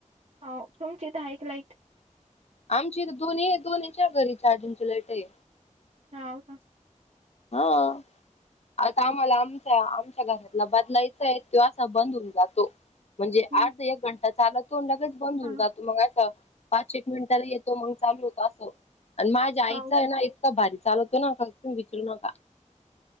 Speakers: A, on the right; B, on the left.
A: हो तुमची इथ ऐकलाईट.
B: आमची दोन्ही दोन्हीच्या घरीची अजूनची ललेट आहे.
A: हो का.
B: हा. आता आम्हाला आमच्या आमच्या घरातला बदलायचा आहे तो असा बंद होऊन जातो. म्हणजे
A: हम्म
B: आर्धा एक घंटा चालतो लगेच बंद होऊन
A: हा
B: जातो मग असं पाच एक मिनिटाला तो मग चालू होता असं आणि माझ्या आईचं
A: हाव
B: आहे ना इतका भारी चालवतो ना विचरू नका.